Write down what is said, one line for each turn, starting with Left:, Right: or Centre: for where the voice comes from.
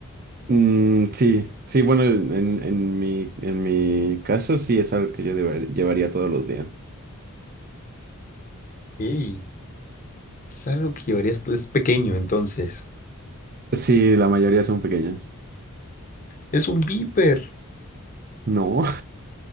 Right: Mm, sí, sí, bueno, en, en mi, en mi caso sí es algo que yo deber- llevaría todos los días.
Left: Ey, es algo que llevarías, to- es pequeño, entonces.
Right: Sí, la mayoría son pequeñas.
Left: Es un viper.
Right: No. <laughs>